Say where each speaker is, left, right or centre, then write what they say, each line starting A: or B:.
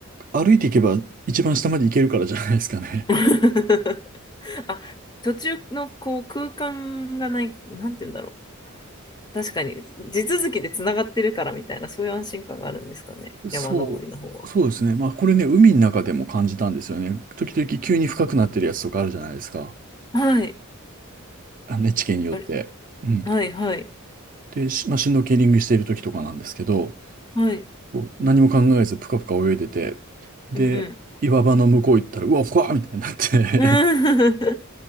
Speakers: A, on the right; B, on the left.
A: 歩いていけば一番下まで行けるからじゃないですかね。
B: <laughs> あ、途中のこう空間がない、なんて言うんだろう。確かに、地続きでつながってるからみたいな、そういう安心感があるんですかね、山登りの方は。
A: そう、そうですね。まあ、これね、海の中でも感じたんですよね。時々急に深くなってるやつとかあるじゃないですか。
B: はい。
A: あのね、地形によって。
B: あれ、
A: うん。
B: はい、はい、
A: で、しまあ、シュノーケリングしている時とかなんですけど、
B: はい。
A: こう何も考えずぷかぷか泳いでて、で、
B: うんうん。
A: 岩場の向こう行ったら、うわ、ふわーみたいになって
B: うん